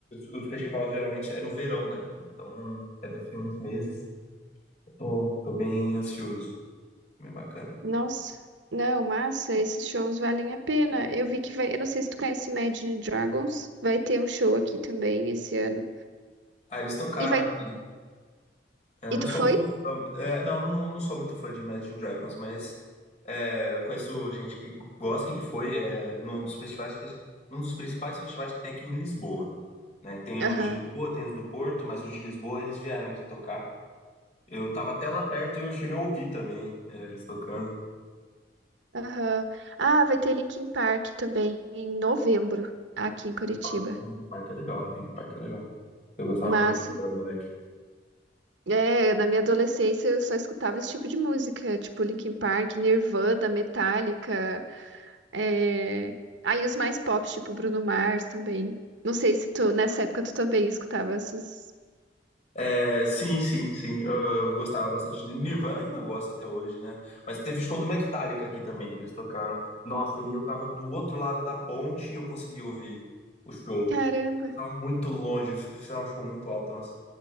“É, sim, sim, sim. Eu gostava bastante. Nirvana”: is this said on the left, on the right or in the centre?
Left